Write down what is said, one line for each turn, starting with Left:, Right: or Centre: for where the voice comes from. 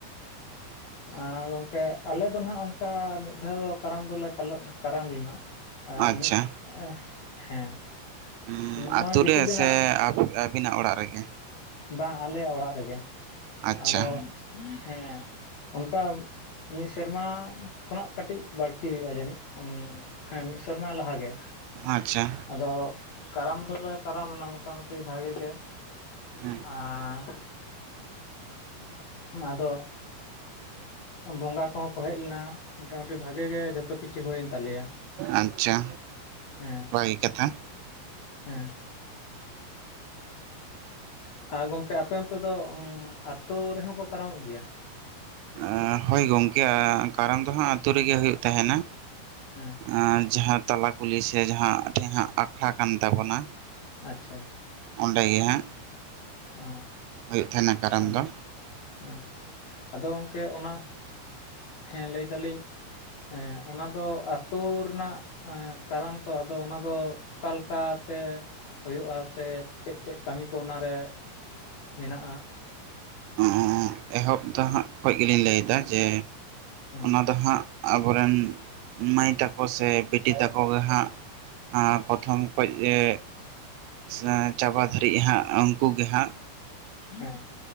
Right: <inaudible>
Left: ᱟᱨ ᱜᱚᱝᱠᱮ ᱟᱞᱮ ᱫᱚ ᱱᱟᱦᱟᱜ ᱚᱱᱠᱟ ᱢᱤᱫ ᱫᱷᱟᱣ ᱫᱚ ᱠᱟᱲᱟᱢ ᱫᱚᱞᱮ ᱠᱟᱞᱚᱜ ᱠᱟᱨᱟᱢ ᱞᱮᱱᱟ᱾ ᱟ
Right: ᱟᱪᱪᱷᱟ
Left: ᱢᱤᱫ ᱮᱸ ᱦᱮᱸ᱾
Right: ᱦᱩᱸᱢ
Left: ᱱᱚᱜᱼᱚᱭ
Right: ᱟᱛᱩ
Left: ᱵᱮᱥᱤ
Right: ᱨᱮ
Left: ᱫᱤᱱᱟᱜ
Right: ᱥᱮ ᱟᱵ-ᱟᱹᱵᱤᱱᱟᱜ ᱚᱲᱟᱜ ᱨᱮᱜᱮ?
Left: ᱵᱟᱝ ᱟᱞᱮᱭᱟᱜ ᱚᱲᱟᱜ ᱨᱮᱜᱮ,
Right: ᱟᱪᱪᱷᱟ
Left: ᱟᱫᱚ ᱦᱮᱸ᱾ ᱚᱱᱠᱟ ᱢᱤᱫ ᱥᱮᱨᱢᱟ ᱠᱷᱚᱱᱟᱜ ᱠᱟᱹᱴᱤᱡ ᱵᱟᱹᱲᱛᱤ ᱦᱩᱭᱩᱜᱼᱟ ᱡᱟᱹᱱᱤᱡ ᱩᱱ ᱦᱮᱸ ᱢᱤᱫ ᱥᱮᱨᱢᱟ ᱞᱟᱦᱟ ᱜᱮ᱾
Right: ᱟᱪᱪᱷᱟ᱾
Left: ᱟᱫᱚ ᱠᱟᱨᱟᱢ ᱫᱚᱞᱮ ᱠᱟᱨᱟᱢ ᱞᱮᱱᱟ ᱢᱚᱴᱟᱢᱩᱴᱤ ᱵᱷᱟᱜᱮ ᱜᱮ᱾
Right: ᱦᱮᱸ
Left: ᱟᱸ ᱟᱫᱚ ᱟᱸᱜ ᱵᱚᱸᱜᱟ ᱠᱚᱦᱚᱸ ᱠᱚ ᱦᱮᱡ ᱞᱮᱱᱟ ᱢᱚᱴᱟᱟᱢᱩᱴᱤ ᱵᱷᱟᱜᱮ ᱜᱮ ᱡᱚᱛᱚ ᱠᱤᱪᱷᱩ ᱦᱩᱭᱮᱱ ᱛᱟᱞᱮᱭᱟ᱾
Right: ᱟᱪᱪᱷᱟ
Left: ᱦᱮᱸ
Right: ᱵᱷᱟᱹᱜᱤ ᱠᱟᱛᱷᱟ᱾
Left: ᱦᱮᱸ᱾ ᱟᱨ ᱜᱚᱢᱠᱮ ᱟᱯᱮ ᱚᱱᱛᱮ ᱫᱚ ᱩᱸ ᱟᱹᱛᱩ ᱨᱮᱦᱚᱸ ᱠᱚ ᱠᱟᱨᱟᱢᱚᱜ ᱜᱮᱭᱟ?
Right: ᱮᱸ ᱦᱳᱭ ᱜᱚᱢᱠᱮ ᱮ ᱠᱟᱨᱟᱢ ᱫᱚ ᱦᱟᱸᱜ ᱟᱛᱳ ᱨᱮᱜᱮ ᱦᱩᱭᱩᱜ ᱛᱟᱦᱮᱱᱟ᱾
Left: ᱦᱮᱸ᱾
Right: ᱟᱸ ᱡᱟᱦᱟᱸ ᱛᱟᱞᱟ ᱠᱩᱞᱦᱤ ᱥᱮ ᱡᱟᱦᱟᱸ ᱴᱷᱮᱱ ᱦᱟᱸᱜ ᱟᱠᱷᱲᱟ ᱠᱟᱱ ᱛᱟᱵᱚᱱᱟ᱾
Left: ᱟᱪᱪᱷᱟ ᱟᱪᱪᱷᱟ᱾
Right: ᱚᱰᱮ ᱜᱮ ᱦᱟᱸᱜ᱾
Left: ᱚ
Right: ᱦᱩᱭᱩᱜ ᱛᱟᱦᱮᱱᱟ ᱠᱟᱨᱟᱢ
Left: ᱟᱫ
Right: ᱫᱚ
Left: ᱦᱮᱸ ᱟᱫᱚ ᱜᱚᱢᱠᱮ ᱚᱱᱟ ᱦᱮᱸ ᱞᱟᱹᱭ ᱫᱟᱞᱤᱧ ᱮᱸ ᱚᱱᱟ ᱫᱚ ᱟᱹᱛᱩ ᱨᱮᱱᱟᱜ ᱮᱸ ᱠᱟᱨᱚᱢ ᱛᱚ ᱟᱫᱚ ᱚᱱᱟ ᱫᱚ ᱚᱠᱟᱞᱮᱠᱟ ᱛᱮ ᱦᱩᱭᱩᱜᱼᱟ, ᱥᱮ ᱪᱮᱫ ᱪᱮᱫ ᱠᱟᱹᱢᱤ ᱠᱚ ᱚᱱᱟᱨᱮ ᱢᱮᱱᱟᱜᱼᱟ?
Right: ᱚᱸ ᱮᱦᱚᱵ ᱫᱚ ᱦᱟᱸᱜ ᱠᱷᱚᱡ ᱜᱮᱞᱤᱧ ᱞᱟᱹᱭᱫᱟ ᱡᱮ
Left: ᱦᱩᱸ᱾
Right: ᱟᱫᱚ ᱦᱟᱸᱜ ᱟᱵᱚᱨᱮᱱ ᱢᱟᱹᱭ ᱛᱟᱠᱚ ᱥᱮ ᱵᱤᱴᱤ ᱛᱟᱠᱚ ᱜᱮ ᱦᱟᱸᱜ ᱟᱸ ᱯᱨᱚᱛᱷᱚᱢ ᱠᱷᱚᱡ ᱜᱮ ᱥᱟᱸ ᱪᱟᱵᱟ ᱫᱷᱟᱹᱨᱤᱡ ᱦᱟᱸᱜ ᱩᱱᱠᱩ ᱜᱮ ᱦᱟᱸᱜ᱾
Left: ᱦᱮᱸ᱾